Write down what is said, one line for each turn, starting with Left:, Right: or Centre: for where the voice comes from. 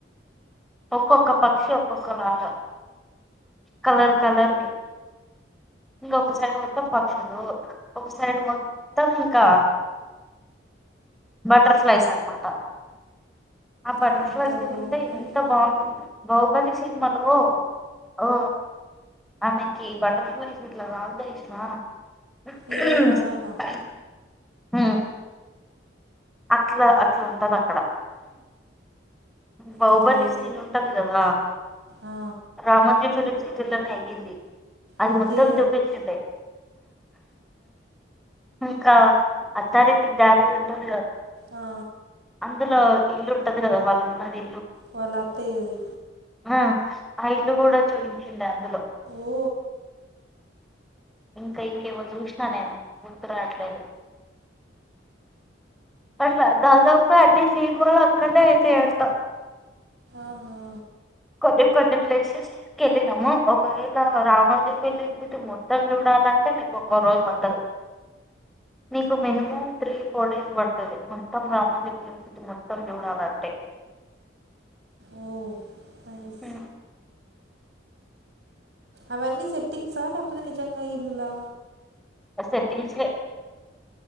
Centre: ఒక్కొక్క పక్షి ఒక్కొక్కలాగా కలర్ కలర్ వి ఇంకొక సైడ్ మొత్తం పక్షులు ఒక సైడ్ మొత్తం ఇంకా బటర్ఫ్లైస్ అన్నమాట ఆ బటర్ఫ్లైస్
Right: ఎంత బాగుంటుందో
Centre: ఉంటే ఎంత బాగుంటుంది బహుబలి సినిమాలో ఓ ఆమెకి బటర్ఫ్లైస్ ఇట్లా వాల్తేయ్ చూసినావా ఆ <unintelligible>
Right: హీరోయిన్ తమన్నా
Centre: ఉహ్ అట్లా అట్లా ఉంటదక్కడ బాహుబలి
Right: ఒరే
Centre: సీన్ ఉంటది కదా
Right: ఆ,
Centre: రామోజీ ఫిలిం సిటీలోనే అయ్యింది అది
Right: ఓకే
Centre: మొత్తం చూపించింది ఇంకా అత్తారింటికి దారేది ఉంటాది
Right: ఆ ఆ
Centre: అందులో ఇల్లు ఉంటది కదా వాళ్ళు ఉన్నది
Right: వాళ్ల అత్తయ్యది
Centre: హా ఆ ఇల్లు కూడా చూయించిండు అందులో
Right: ఓ
Centre: ఇంకా ఇంకేవో చూసినా నేను గుర్తు రాట్లేదు అట్లా దాదాపు అన్నీ సీన్ కూడా అక్కడనే అయితే అంట
Right: ఆహా
Centre: కొన్ని కొన్ని ప్లేసెస్క వెళ్ళినాము ఒకవేళ రామోజీ ఫిలిం సిటీ మొత్తం చూడాలంటే నీకు ఒక రోజు పట్టదు నీకు మినిమం త్రీ ఫోర్ డేస్ పడతది మొత్తం రామోజీ మొత్తం చూడాలాంటే
Right: ఓ నైస్
Centre: ఆ
Right: అవన్నీ సెట్టింగ్సా ఇప్పు నిజంగా ఇల్లులా
Centre: సెటింసే